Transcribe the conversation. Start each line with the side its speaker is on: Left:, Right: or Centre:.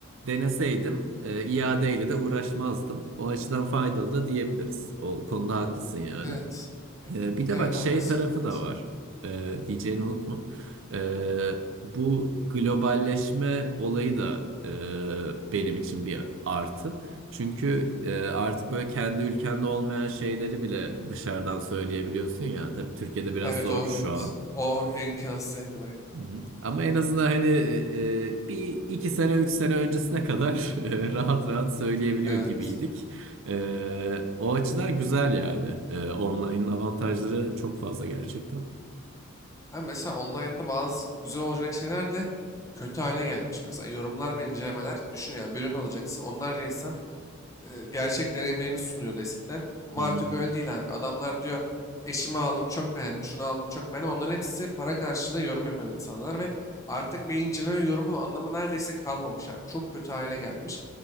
Right: deneseydim e, iadeyle de uğraşmazdım. O açıdan faydalı da diyebiliriz. O konuda haklısın yani.
Left: Evet. Ya-
Right: Ee, bir de
Left: Evet
Right: bak şey
Left: abi mesela
Right: tarafı
Left: evet.
Right: da var. Ee, diyeceğini unutma. Ee, bu globalleşme olayı da e, benim için bir artı. Çünkü e, artık böyle kendi ülkende olmayan şeyleri bile dışarıdan söyleyebiliyorsun ya. Tabii Türkiye'de biraz
Left: Evet
Right: zor
Left: o
Right: şu
Left: evet.
Right: an.
Left: O imkansız yakın aynen.
Right: Hı hı. Ama en azından hani e, e, bir iki sene üç sene öncesine kadar <laughs> e, rahat rahat söyleyebiliyor
Left: Evet.
Right: gibiydik. E, o açıdan güzel yani. E, online'ın avantajları çok fazla gerçekten.
Left: Abi mesela online'da bazı güzel olacak şeyler de kötü hale gelmiş. Mesela yorumlar ve incelemeler düşün yani bir ürün alacaksın. Onlarca insan e, gerçek deneyimlerini sunuyordu eskiden. Ama
Right: Hı
Left: artık
Right: hı.
Left: öyle değil abi. Adamlar diyor eşimi aldım çok beğendim, şunu aldım çok beğendim. Onların hepsi para karşılığı yorum yapan insanlar ve artık bir inceleme yorumun anlamı neredeyse kalmamış abi. Çok kötü hale gelmiş.